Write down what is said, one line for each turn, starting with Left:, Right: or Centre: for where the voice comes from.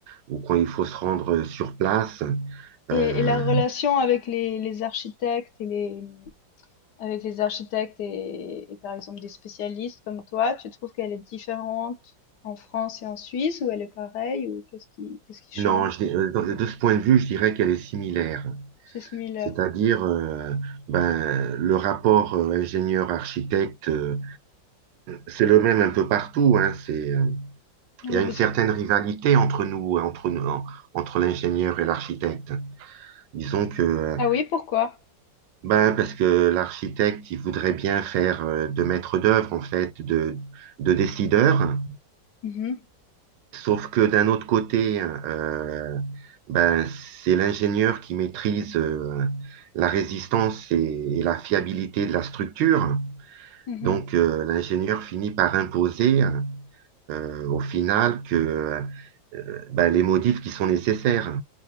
Right: ou quand il faut se rendre euh, sur place.
Left: et,
Right: Euh,
Left: et la relation avec les, les architectes et les, avec les architectes et, et par exemple des spécialistes comme toi, tu trouves qu'elle est différente en France et en Suisse ou elle est pareille ou qu'est-ce qui, qu'est-ce qui change?
Right: non, je, dis- euh, de de ce point de vue, je dirais qu'elle est similaire.
Left: C'est similaire.
Right: C'est-à-dire, euh, ben, le rapport euh, ingénieur-architecte, euh, c'est le même un peu partout. hein. C'est, euh,
Left: Oui,
Right: il y a
Left: vous
Right: une certaine
Left: êtes-
Right: rivalité entre nous, hein, entre nous, en- entre l'ingénieur et l'architecte. Disons que, euh,
Left: Ah oui, pourquoi?
Right: ben, parce que l'architecte, il voudrait bien faire euh, de maître d'œuvre, en fait, de, de décideur.
Left: Mhm,
Right: Sauf que d'un autre côté, euh, ben, c'est l'ingénieur qui maîtrise euh, la résistance et et la fiabilité de la structure.
Left: mhm,
Right: Donc, euh, l'ingénieur finit par imposer euh, au final que euh, ben, les modifs qui sont nécessaires.